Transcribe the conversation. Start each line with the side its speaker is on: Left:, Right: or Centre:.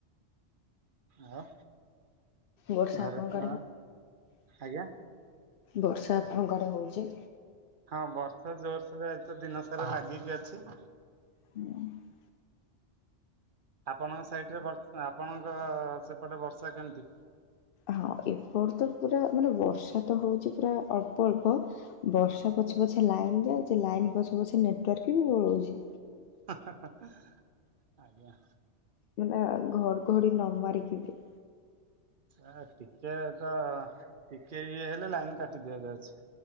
Right: ଆଉ
Left: ବର୍ଷା
Right: ଘରେ
Left: ଆପଣଙ୍କ
Right: ଛୁଆ,
Left: ଆଡେ
Right: ଆଜ୍ଞା?
Left: ବର୍ଷା ଆପଣଙ୍କ ଆଡେ ହଉଚି?
Right: ହଁ ବର୍ଷା ଜୋରସୋରେ ଆଜି ତ ଦିନ ସାରା ଲାଗିକି ଅଛି।
Left: <inaudible>
Right: ଆପଣଙ୍କ ସାଇଟରେ ବର୍ଷା ଆପଣଙ୍କ ସେପଟେ ବର୍ଷା କେମିତି?
Left: ହଁ ଏପଟ ତ ପୁରା ମାନେ ବର୍ଷା ତ ହେଉଛି ପୁରା ଅଳ୍ପ ଅଳ୍ପ। ବର୍ଷା ପଛେ ପଛେ ଲାଇନ ଯାଉଛି ଲାଇନ ପଛ ପଛେ ନେଟୱାର୍କ ବି ବଳଉଛି।
Right: ହା ହା ଆଜ୍ଞା
Left: ମାନେ ଘଡଘଡି ନ ମାରିକି ବି।
Right: ଆ ଟିକେ ତ ଟିକେ ଇଏ ହେଲେ ଲାଇନ କାଟି ଦିଆଯାଉଛି।